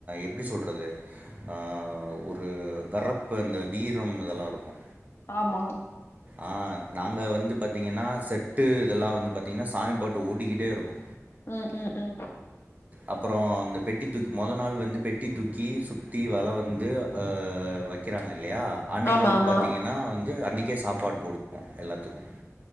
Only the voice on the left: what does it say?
ஆமா
ம் ம் ம்
ஆமா,
ஆமா.